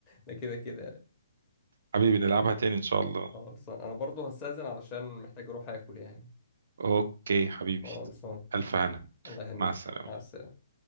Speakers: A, on the left; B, on the right.
A: ده كده كده
B: حبيبي نلعبها تاني ان شاء الله
A: آه، خلصان انا برضو هستأذن علشان محتاج اروح اكل يعني
B: اوكي حبيبي
A: آه، خلصان
B: الف
A: ماشي
B: هنا
A: الله يهنيك
B: مع السلامة
A: مع السلامة